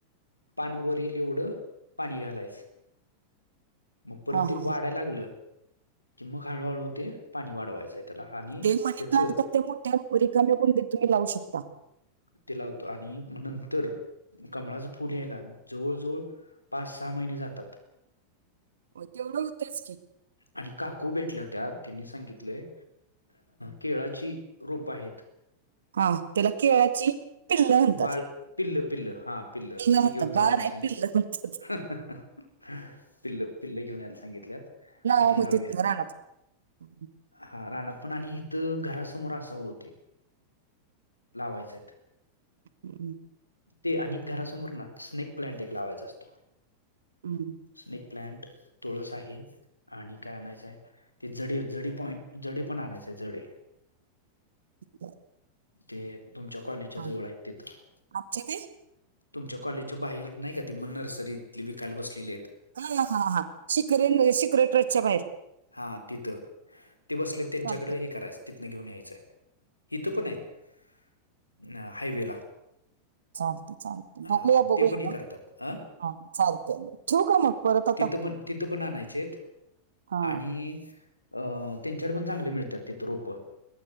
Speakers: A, on the left; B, on the right.
A: पान वर येईल एवढं पाणी घालायचं. मग परत
B: हा
A: ते
B: हा
A: वाढाय लागलं कि मग हळूहळू ते पाणी वाढवायचंय त्याला आणि
B: ते मनी
A: त्याचं
B: प्लांट फक्त ते मोठ्या रिकाम्या कुंडीत तुम्ही लावू शकता.
A: ते लावतो आणि मग नंतर कमळाचं फुल यायला जवळ जवळ पाच सहा महिने जातात.
B: <inaudible> ओ तेवढं होतंयच की.
A: आणि काकू भेटल्या होत्या त्यांनी सांगितलंय केळाची रोपं आहेत.
B: हा त्याला केळाची पिल्ल म्हणतात
A: बाळ पिल्ल पिल्ल हा पिल्ल
B: म्हणतात
A: ते घेऊन
B: बाळ
A: जावा म्हणून
B: नाही
A: सांगितल्यात.
B: पिल्ल म्हणतात
A: पिल्ल पिल्ल घेऊन यायला सांगितल्यात
B: लावा
A: मग ते लावूया.
B: तिथनं रानात <unintelligible>
A: हा रानात पण आणि हित घरासमोर असावं ते लावायच हायत.
B: हम्म.
A: ते आणि घरासमोर ना स्नेक प्लांट एक लावायचा असतो.
B: हम्.
A: स्नेक प्लांट तुळस आहे. आणि काय आणायचंय? ते जडी जडी पॉईंट जडे पण आणायचे आहे जडे.
B: <unintelligible>
A: ते तुमच्या कॉलेजच्या
B: हा.
A: जवळ आहेत तिथं.
B: आमच्या ते
A: तुमच्या कॉलेजच्या बाहेर नाही का ते मग नर्सरीतली विकायला बसलेली आहेत.
B: हा हा हा शिखरे शिखरे ट्रस्टच्या बाहेर.
A: हा तिथं ते बसले त्यांच्याकड
B: चालतं
A: हे करायच तिथंन घेऊन यायचंय इथ पण आहेत हायवेला.
B: चालत चालत
A: हां
B: बघूया बघूया
A: ते पण हे
B: मग.
A: करतात अ
B: हा चालतय. ठेवू का मग परत आता?
A: तिथं पण तिथं पण आणायचे आहेत.
B: हा
A: आणि अ त्यांच्याकड पण चांगले मिळतात तीथ रोप.